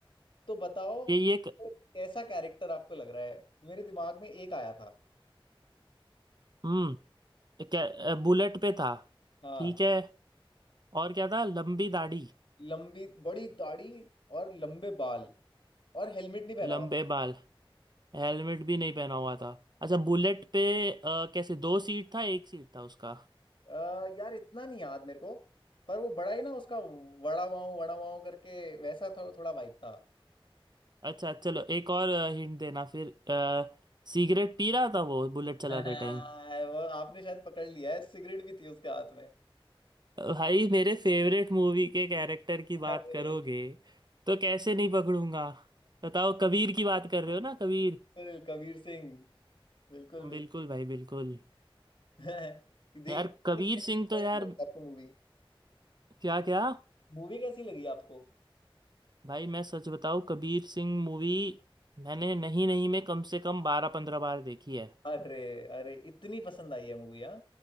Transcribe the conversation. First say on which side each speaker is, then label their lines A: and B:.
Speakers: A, on the left; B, on the right.
A: तो बताओ
B: ये ये एक-
A: कैसा कैरेक्टर आपको लग रहा है मेरे दिमाग में एक आया था
B: हम्म क्या अ, बुलेट पे था
A: हाँ
B: ठीक है और क्या था लंबी दाढ़ी
A: लंबी बड़ी दाढ़ी और लंबे बाल और हेलमेट नहीं पहना
B: लंबे
A: हुआ
B: बाल हेलमेट भी नहीं पहना हुआ था अच्छा बुलेट पे अ, कैसे दो सीट था एक सीट था उसका
A: था। अ, यार इतना नहीं याद मेरे को पर वो बड़ा ही ना उसका वड़ा पाव वड़ा पाव करके वैसा थो, थोड़ा वाइब था
B: अच्छा चलो एक और हिंट देना फिर अ, सिगरेट पी रहा था वो बुलेट
A: <laughs>
B: चलाते
A: हाँ,
B: टाइम
A: वो आपने शायद पकड़ लिया है सिगरेट भी थी उसके हाथ में
B: भाई मेरे फेवरेट मूवी के कैरेक्टर की
A: अरे
B: बात करोगे तो कैसे नहीं पकड़ूंगा बताओ कबीर की बात कर रहे हो ना कबीर
A: बिल्कुल कबीर सिंह बिल्कुल
B: हाँ,
A: बिल्कुल
B: बिल्कुल भाई बिल्कुल
A: <laughs> देखिए
B: यार
A: आपने
B: कबीर
A: कैसे
B: सिंह
A: कैसी
B: तो यार
A: लगी आपको मूवी
B: क्या क्या
A: मूवी कैसी लगी आपको
B: भाई मैं सच बताऊं कबीर सिंह मूवी मैंने नहीं नहीं में कम से कम बारह पंद्रह बार देखी है
A: अरे अरे इतनी पसंद आई है मूवी हाँ